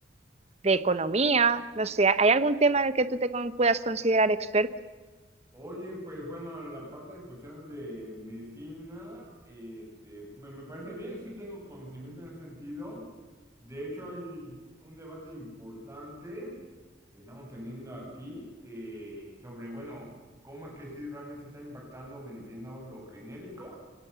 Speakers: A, on the right; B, on the right.
A: de economía, no sé, ¿hay algún tema en el que tú te con- puedas considerar experto?
B: Oye, pues bueno, la parte en cuestión de medicina, este, me, me parece bien, sí tengo conocimiento en ese sentido. De hecho, hay un debate importante que estamos teniendo aquí eh, sobre, bueno, cómo es que sí realmente está impactando, beneficiando los genéricos